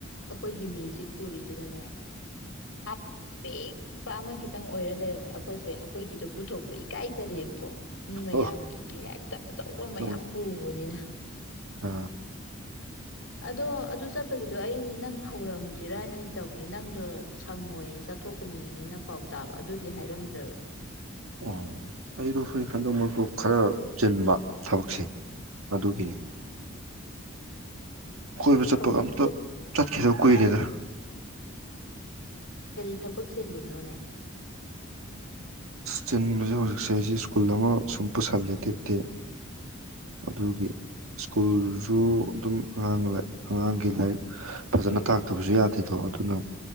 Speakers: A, on the left (about 65°); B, on the right (about 80°).
A: ꯑꯩꯈꯣꯏꯒꯤ ꯃ꯭ꯌꯨꯖꯤꯛ ꯄꯨꯔꯤꯗꯨꯅꯅꯦ ꯑꯄꯤꯛꯄ ꯑꯃ ꯈꯤꯇꯪ ꯑꯣꯏꯔ ꯂꯩꯔꯝꯃꯦ ꯑꯩꯈꯣꯏꯁꯦ ꯑꯩꯈꯣꯏꯒꯤꯗꯣ ꯄꯨꯊꯣꯛꯄ ꯏꯀꯥꯏꯖꯔꯦꯕꯀꯣ ꯃꯤꯃ
B: ꯑꯣ
A: ꯌꯥꯒꯤꯗꯤ ꯑꯆꯧꯕ ꯃꯌꯥꯝ
B: ꯍꯣꯏꯅꯦ
A: ꯄꯨꯕꯅꯤꯅ
B: ꯑꯥ
A: ꯑꯗꯣ ꯑꯗꯨ ꯆꯠꯄꯒꯤꯗꯣ ꯑꯩ ꯅꯪ ꯍꯧꯔꯝꯁꯤꯔꯅꯗꯤ ꯇꯧꯅꯤ ꯅꯪꯗꯣ ꯁꯪꯉꯣꯏ ꯆꯠꯊꯣꯛꯀꯅꯤꯅ ꯄꯥꯎ ꯇꯥꯕ ꯑꯗꯨꯒꯤ ꯍꯥꯏꯔꯝꯗ꯭ꯔꯕꯅꯦ
B: ꯑꯣ ꯑꯩꯗ ꯁꯣꯏ ꯈꯟꯗ ꯃꯄ ꯈꯔ ꯨꯞ ꯆꯤꯟꯕ ꯊꯕꯛꯁꯦ ꯑꯗꯨꯒꯤꯅꯤ ꯀꯣꯏꯕꯨ ꯆꯠꯄꯒ
A: ꯍꯧꯖꯤꯛꯁꯦ
B: ꯑꯝꯇ ꯆꯠꯈꯤꯗ ꯀꯨꯏꯗꯗ
A: ꯁꯕꯛꯁꯤꯅꯣꯅꯦ
B: ꯆꯤꯟ ꯍꯧꯖꯤꯛ ꯏꯁꯩꯁꯦ ꯁ꯭ꯀꯨꯜ ꯑꯃ ꯁꯨꯝ ꯄꯨꯁꯜꯂꯦ ꯇꯦꯛꯇꯦ ꯑꯗꯨꯒꯤ ꯁ꯭ꯀꯨꯜꯁꯨ ꯑꯗꯨꯝ ꯑꯉꯥꯡ ꯑꯉꯥꯡꯒꯤ ꯂꯥꯏꯔꯤꯛ ꯐꯖꯅ ꯇꯥꯛꯇꯕꯁꯨ ꯌꯥꯗꯦꯗꯣ ꯑꯗꯨꯅ